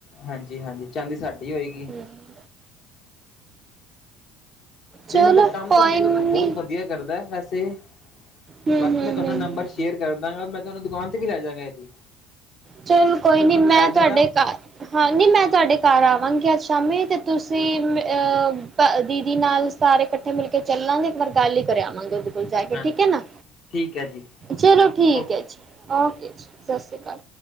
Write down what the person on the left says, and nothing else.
ਹਾਂਜੀ -ਹਾਂਜੀ ਚਾਂਦੀ ਸਾਡੀ ਹੋਈ
ਤੇ
ਮਤਲਬ ਕੰਮ
ਤਾਂ ਬਹੁਤ
ਵਧੀਆ ਕਰਦਾ ਵੈਸੇ
ਬਾਕੀ
ਮੈਂ ਤੁਹਾਨੂੰ
ਨੰਬਰ ਸ਼ੇਅਰ ਕਰਦਾਂ ਗਾ ਮੈਂ ਤੁਹਾਨੂੰ ਦੁਕਾਨ ਤੇ ਵੀ ਲੈ ਜਾਗਾ ਇਹੀ
ਦੇਣਾ
ਹਾਂਜੀ
ਹਾਂਜੀ
ਠੀਕ ਹੈ ਜੀ
ਓ